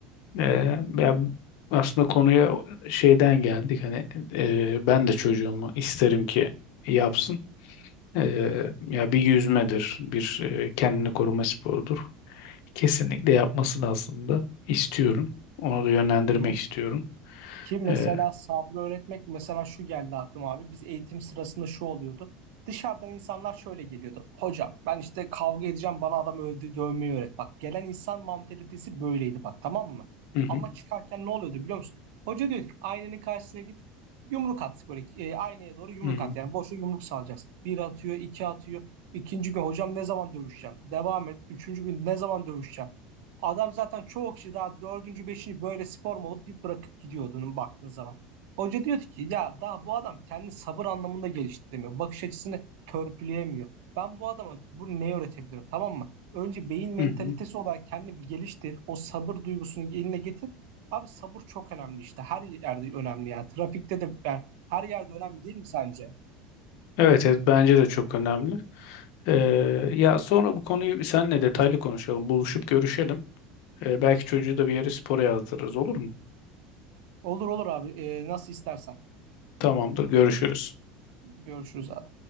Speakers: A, on the left; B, on the right.
A: E, ya aslında konuya şeyden geldik hani e, ben de çocuğumu isterim ki yapsın. E, ya bir yüzmedir, bir e, kendini koruma sporudur. Kesinlikle yapmasını aslında istiyorum. Onu da yönlendirmek
B: Hı hı.
A: istiyorum.
B: Ki mesela
A: Ee,
B: sabrı öğretmek mesela şu geldi aklıma abi. Biz eğitim sırasında şu oluyordu. Dışarıdan insanlar şöyle geliyordu. Hocam ben işte kavga edeceğim bana adam öldü, dövmeyi öğret. Bak gelen insan mantalitesi böyleydi bak tamam mı?
A: hı hı,
B: Ama çıkarken ne oluyordu biliyor musun? Hoca diyor ki aynanın karşısına git yumruk at böyle e, aynaya doğru yumruk
A: hı hı,
B: at. Yani boşa yumruk salacaksın. Bir atıyor iki atıyor. İkinci gün hocam ne zaman dövüşeceğim? Devam et. Üçüncü gün ne zaman dövüşeceğim? Adam zaten çoğu kişi daha dördüncü, beşinci böyle spor mu olup deyip bırakıp gidiyordu onun baktığın zaman. Hoca diyordu ki ya daha bu adam kendi sabır anlamında geliştiremiyor. Bakış açısını törpüleyemiyor. Ben bu adama bunu ne öğretebilirim tamam mı? Önce beyin mentalitesi
A: hı hı.
B: olarak kendini bir geliştir. O sabır duygusunu eline getir. Abi sabır çok önemli işte. Her yerde önemli yani. Trafikte de yani her yerde önemli değil mi sence?
A: Evet, evet bence de çok önemli. Ee, ya sonra bu konuyu seninle detaylı konuşalım. Buluşup görüşelim. Ee, belki çocuğu da bir yere spora yazdırırız olur mu?
B: Olur olur abi. Ee, nasıl istersen.
A: Tamamdır, görüşürüz.
B: Görüşürüz abi.